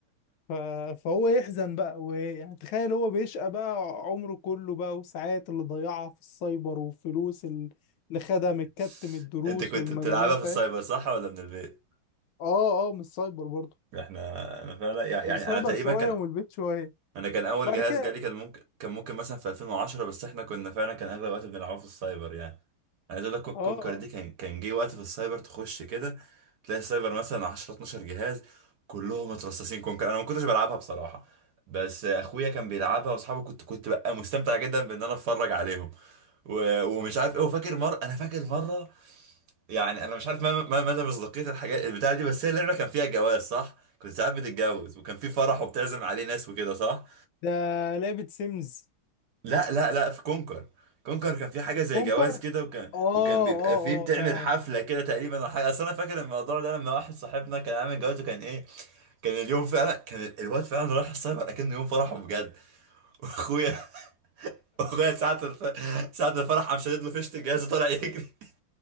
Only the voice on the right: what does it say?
<laughs>
انت كنت
بتلعبها في السايبر
صح ولا من البيت؟
احنا انا فعلا يعني يعني
انا تقريبا
كان
انا كان اول
جهاز
جالي كان ممكن كان ممكن مثلا في 2010 بس احنا كنا فعلا كان اغلب الوقت بنلعبه في السايبر يعني عايز اقول لك كون-
كونكر دي كان كان جه وقت في السايبر تخش كده تلاقي السايبر مثلا 10 12 جهاز كلهم مترصصين كونكر انا ما كنتش بلعبها بصراحة بس اخويا كان بيلعبها واصحابي كنت كنت بقى مستمتع جدا بان انا اتفرج عليهم و... ومش عارف ايه وفاكر مرة انا فاكر مرة يعني انا مش عارف ما ما مدى مصداقية الحاجات البتاعة دي بس هي اللعبة كان فيها جواز صح؟ كنت ساعات بتتجوز وكان في فرح وبتعزم عليه ناس وكده صح؟
لا لا لا في كونكر كونكر كان في حاجه زي
جواز كده وكان
وكان بيبقى
فيه بتعمل
حفله كده تقريبا او حاجه اصل انا فاكر الموضوع ده لما واحد صاحبنا كان عامل جواز وكان ايه كان اليوم فعلا كان ال- الواد فعلا رايح السايبر اكنه يوم فرحه بجد <laughs> واخويا اخويا ساعه الف... ساعه الفرح قام شادد له فيشه الجهاز وطلع يجري <laughs>